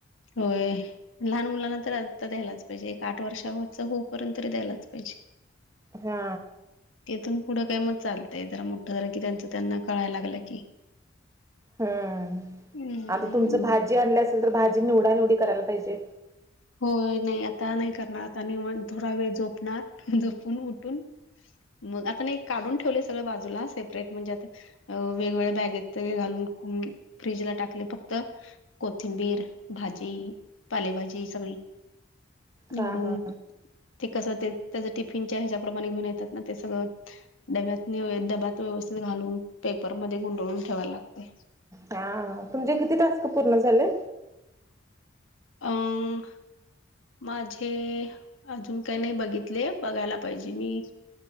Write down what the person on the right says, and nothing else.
हा.
हम्म
आता तुमच भाजी आणली असेल तर भाजी निवडा निवडी करायला पाहिजे.
हा हा
हा, तुमचे किती टास्क पूर्ण झाले?